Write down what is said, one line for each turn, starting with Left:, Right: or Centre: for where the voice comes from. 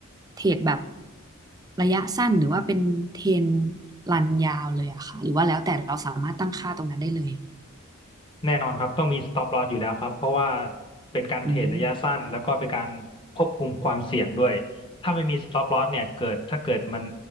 Right: เทรดแบบระยะสั้นหรือว่าเป็นเทรนรันยาวเลยอะค่ะหรือว่าแล้วแต่เราสามารถตั้งค่าตรงนั้นได้เลย
Left: แน่นอนครับต้องมี stop loss อยู่แล้วครับเพราะว่าเป็นการเทรดระยะสั้นแล้วก็เป็นการควบคุมความเสี่ยงด้วยถ้าไม่มี
Right: อืม
Left: stop loss เนี่ยเกิดถ้าเกิดมัน